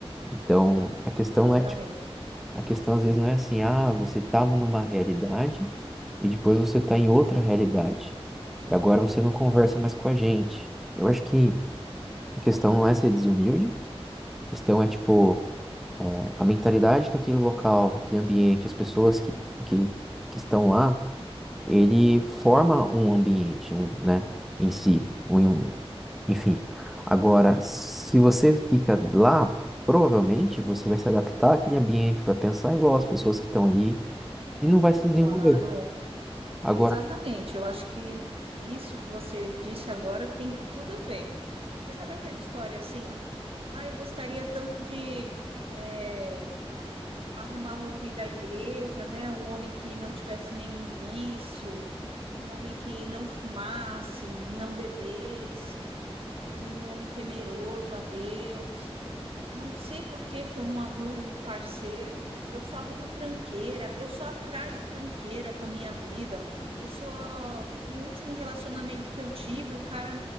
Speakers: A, in the centre; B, on the right.
A: Então,
B: sim.
A: a questão
B: Exatamente.
A: não é A questão às vezes não é assim, ah, você estava numa realidade e depois você está em outra realidade. E agora você não conversa mais com a gente. Eu acho que a questão não é ser desumilde, a questão é tipo a mentalidade que aquele local, aquele ambiente, as pessoas que, que, que estão lá, ele forma um ambiente, um, né, em si, um, enfim. Agora, se você fica lá, provavelmente você vai se adaptar àquele ambiente, vai pensar igual as pessoas que estão ali e não vai se desenvolver.
B: Claro.
A: Agora,
B: Exatamente. Eu acho que isso que você disse agora tem tudo a ver. Você sabe aquela história assim? Ah, eu gostaria tanto de eh, arrumar um homem da igreja, né? Um homem que não tivesse nenhum vício, um homem que não fumasse, não bebesse. um homem temeroso a Deus. Não sei por que que eu não arrumo um parceiro, eu só arrumo tranqueira, eu só atraio tranqueira para minha vida. Eu sou o último relacionamento que eu tive, o cara